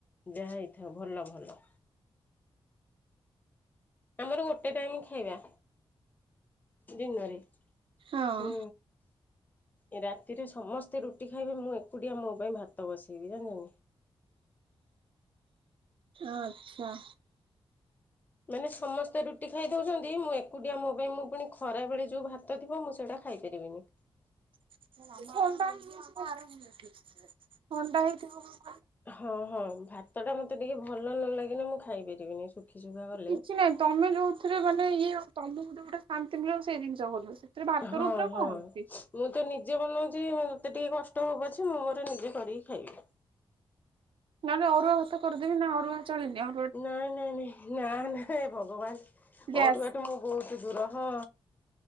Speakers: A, on the left; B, on the right.
A: ଯାହା ହେଇଥାଉ ଭଲ ଭଲ। ଆମର ଗୋଟେ ଟାଇମ ଖାଇବା। ଦିନରେ ହୁଁ।
B: ହଁ
A: ଏ ରାତିରେ ସମସ୍ତେ ରୁଟି ଖାଇବେ ମୁଁ ଏକୁଟିଆ ମୋ ପାଇଁ ଭାତ ବସେଇବି ଜାଣିଛନି।
B: ଆଚ୍ଛା।
A: ମାନେ ସମସ୍ତେ ରୁଟି ଖାଇ ଦଉଛନ୍ତି ମୁଁ ଏକୁଟିଆ ମୋ ପାଇଁ ମୁଁ ପୁଣି ଖରାବେଳେ ଯୋଉ ଭା ତ ଥିବ ମୁଁ ସେଇଟା ଖାଇପାରିବିନି।
B: <inaudible>
A: ହଁ ହଁ ଭାତ ଟା ମତେ ଟିକେ ଭଲ ନ ଲାଗିଲେ ମୁଁ ଖାଇ ପାରିବିନି ଶୁଖି ଶୁଖା ଗଲେ।
B: କିଛି ନାଇଁ ତମେ ଯୋଉଥିରେ ମାନେ ଇଏ ଆଉ ତମକୁ ଯୋଉଟା ଶାନ୍ତି ମିଳ ସେଇ ଜିନିଷ ଭଲ ସେ। ଥିରେ ଭାତ
A: ହଁ
B: ରୁଟି ରେ
A: ହଁ
B: କଣ ଅଛି?
A: ମୁଁ ତ ନିଜେ ବନଉଛି ମୋତେ ଟିକେ କଷ୍ଟ ହଉ ପଛେ ମୁଁ ମୋର ନିଜେ କରିକି ଖାଇବି।
B: ନହେଲେ ଅରୁଆ ହାତ କରିଦେବି ନା ଅରୁଆ ଚଳେନି ଆ
A: ନାଇଁ ନାଇଁ ନାଇଁ ନା ନାଇଁ ଭଗବାନ
B: ଗ୍ୟାସ୍
A: ଅରୁଆ ଟୁ ମୁଁ ବହୁତ ଦୂର ହଁ।